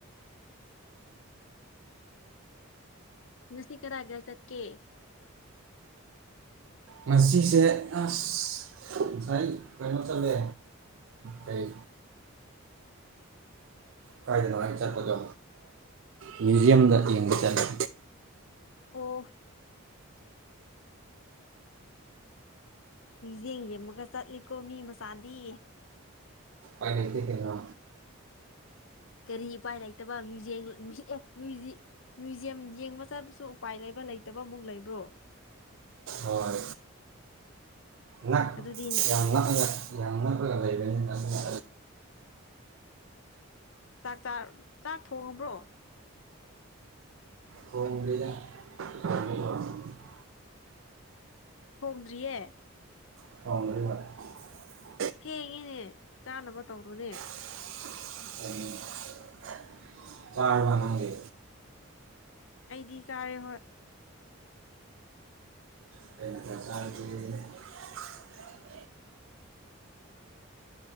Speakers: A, on the left; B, on the right.
A: ꯉꯁꯤ ꯀꯅꯒ ꯆꯠꯀꯦ
B: ꯃꯁꯤꯁꯦ ꯑꯁ ꯉꯁꯥꯏ ꯀꯩꯅꯣ ꯆꯠꯂꯦ ꯀꯩ ꯀꯥꯏꯗꯅꯣ ꯍꯥꯏ ꯆꯠꯄꯗꯣ ꯃ꯭ꯌꯨꯖ꯭ꯌꯝꯗ ꯌꯦꯡꯕ ꯆꯠꯂꯦ
A: ꯑꯣꯐ ꯃꯤꯌꯦꯡ ꯌꯦꯡꯃꯒ ꯆꯠꯂꯤꯀꯣ ꯃꯤ ꯃꯆꯥꯗꯤ
B: ꯑꯥꯏ ꯂꯩꯗꯤꯦꯅ
A: ꯀꯔꯤ ꯏꯄꯥꯏ ꯂꯩꯇꯕ ꯃ꯭ꯌꯨꯛ ꯃ꯭ꯌꯨꯖꯌꯝ ꯌꯦꯡꯕ ꯆꯠꯄꯁꯨ ꯎꯄꯥꯏ ꯂꯩꯕ ꯂꯩꯇꯕ ꯑꯃꯨꯛ ꯂꯩꯕ꯭ꯔꯣ
B: ꯍꯣꯏ ꯅꯛ
A: ꯑꯗꯨꯗꯤ
B: ꯌꯥꯝ ꯅꯛꯑꯒ ꯌꯥꯝ ꯅꯛꯄꯒ ꯂꯩꯕꯅꯤꯅꯅ
A: ꯆꯥꯛ ꯆꯥꯛ ꯊꯣꯡꯉꯕ꯭ꯔꯣ
B: ꯊꯣꯏ ꯂꯤꯗ ꯊꯃꯦ
A: ꯍꯣꯡꯗ꯭ꯔꯤꯌꯦ
B: <unintelligible>
A: ꯊꯦꯡꯉꯤꯅꯦ ꯆꯥꯅꯕ ꯇꯧꯔꯨꯅꯦ
B: ꯎꯝ ꯄꯥꯔ ꯋꯥꯅꯦ
A: ꯑꯩꯗꯤ ꯆꯥꯔꯦ ꯍꯣꯏ
B: <inaudible>